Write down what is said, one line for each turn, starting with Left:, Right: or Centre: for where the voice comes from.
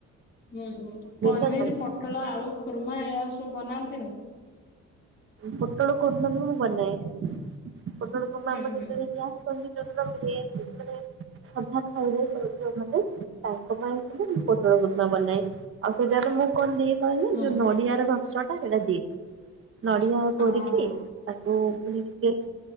Left: ହୁଁ ହୁଁ ପନିର,
Right: ଟା ଜାଣିନି
Left: ପୋଟଳ ଆଳୁ ଖୁର୍ମା ଏଇ ସବୁ ବନାନ୍ତିନି?
Right: ପୋଟଳ କୂର୍ମା ବି ମୁଁ ବନାଇ ପୋଟଳ କର୍ମା
Left: ହୁଁ
Right: ଆମ
Left: ହୁଁ
Right: ଯେତେବେଳେ ଯା ସ ଯୋଉଦିନ ଭେଜ୍ ମାନେ ସାଧା ଖାଇବେ ସେ ଯୋଉମାନେ ତାଙ୍କ ପାଇଁ ଖାଲି ମୁଁ ପୋଟଳ କର୍ମା ବନାଏ। ଆଉ ସେଇଟା ଆରେ ମୁଁ କଣ ଦିଏ କହିଲେ
Left: ହୁଁ
Right: ଯୋଉ ନଡିଆର ରସ ଟା ସେଇଟା ଦିଏ। ନଡ଼ିଆ
Left: ହଁ
Right: କୋରିକି
Left: ହଁ
Right: ତାକୁ ମାନେ ଟିକେ